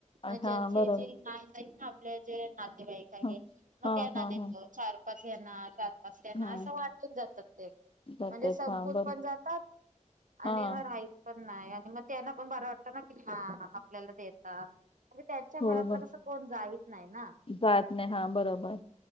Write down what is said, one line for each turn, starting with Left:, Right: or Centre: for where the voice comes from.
Right: मग ज्याची
Left: हा बरोबर
Right: ची ना <unintelligible> आपल्या जे नातेवाईक आहे
Left: हा
Right: मग
Left: हा
Right: त्यांना
Left: हा
Right: देतो
Left: हा
Right: चार पाच यांना, चार-पाच यांना,
Left: हा
Right: असं वाटून जातात ते
Left: जातात
Right: म्हणजे संपून
Left: हा बरं
Right: पण जातात आणि
Left: हा
Right: मग राहिल पण नाही आणि मग त्यांना पण बरं वाटतं ना की हा आपल्याला देतात. आता त्यांच्या घरातलं
Left: हो बर
Right: कस कोण जाईत नाही ना. <inaudible>
Left: जात नाही हा बरोबर